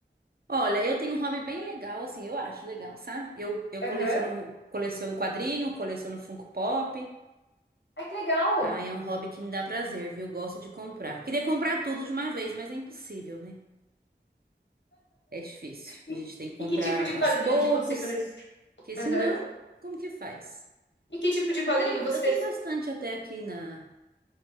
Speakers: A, on the right; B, on the left.
A: Olha, eu tenho um hobby bem legal, assim, eu acho legal, sabe? Eu, eu
B: Aham.
A: coleciono, coleciono quadrinho, coleciono Funko Pop.
B: Ai, que legal.
A: Ah, é um hobby que me dá prazer, viu? Gosto de comprar. Queria comprar tudo de uma vez, mas é impossível, né? É difícil.
B: E,
A: A gente tem que comprar
B: e que tipo de
A: aos
B: quadrinho
A: poucos,
B: que você coleciona?
A: porque senão,
B: Aham.
A: como que faz?
B: E que tipo de quadrinho
A: Mas eu,
B: vocês?
A: eu tenho bastante até aqui na,